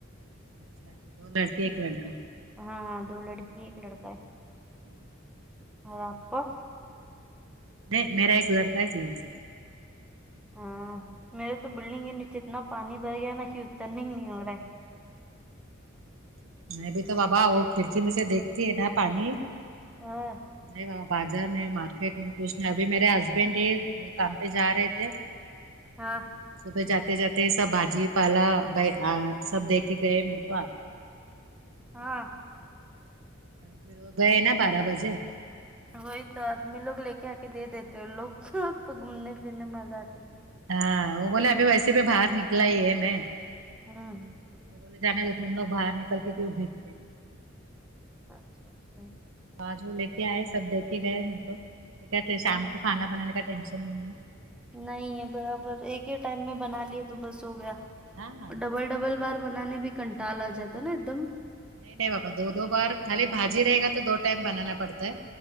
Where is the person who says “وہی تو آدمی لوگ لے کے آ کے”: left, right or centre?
Centre